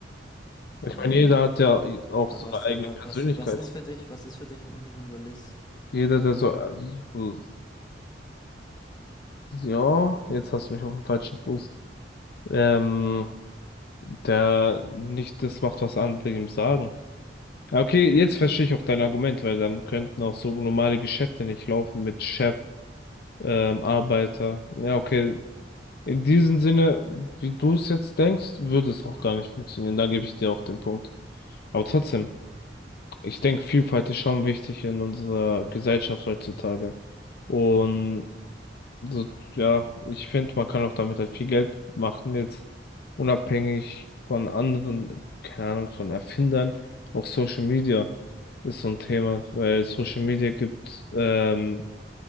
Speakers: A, on the left; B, on the left.
A: Weil
B: Ich meine, jeder hat ja auch
A: Aber
B: so
A: Was,
B: eine eigene
A: aber
B: Persönlichkeit.
A: was, was ist für dich, was ist für dich ein Individualist?
B: Jeder, der so, so- ja, jetzt hast du mich auf den falschen Fuß. Ähm, der nicht das macht, was andere ihm sagen. Ja, Okay, jetzt verstehe ich auch dein Argument, weil dann könnten auch so normale Geschäfte nicht laufen mit Chef, ähm, Arbeiter. Ja, okay. In diesem Sinne, wie du es jetzt denkst, würde es auch gar nicht funktionieren. Da gebe ich dir auch den Punkt. Aber trotzdem. Ich denke, Vielfalt ist schon wichtig in unserer Gesellschaft heutzutage. Und so, ja, ich finde, man kann auch damit halt viel Geld machen, jetzt unabhängig von anderen, keine Ahnung, von Erfindern. Auch Social Media ist so ein Thema, weil Social Media gibt, ähm,